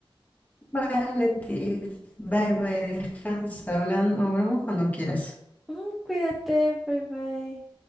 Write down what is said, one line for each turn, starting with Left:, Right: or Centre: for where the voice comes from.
Left: Vale, Tiff. Bye, bye. Descansa. Hablando, hablamos cuando quieras.
Centre: Ujú, Cuídate, bye bye.